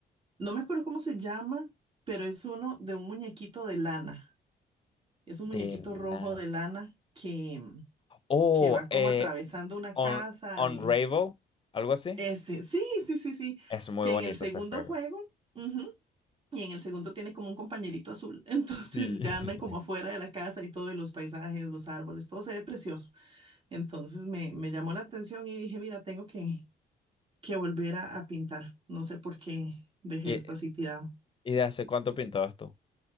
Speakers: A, on the right; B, on the left.
A: No me acuerdo cómo se llama, pero es uno de un muñequito de lana. Es un
B: De
A: muñequito
B: la...
A: rojo de lana que, mm,
B: Oh,
A: que va
B: eh,
A: como atravesando una
B: Un-
A: casa
B: Unravel,
A: y
B: algo así.
A: ese, sí, sí, sí, sí,
B: Es muy
A: que
B: bonito
A: en el segundo
B: ese juego.
A: juego, ujú, y en el segundo tiene como un compañerito azul. <laughs> Entonces
B: Sí. <laughs>
A: ya andan como afuera de la casa y todo, y los paisajes, los árboles, todo se ve precioso. Entonces me, me llamó la atención y dije, mira, tengo que, que volver a, a pintar. No sé por qué dejé
B: ¿Y,
A: esto así tirado.
B: y de hace cuánto pintabas tú?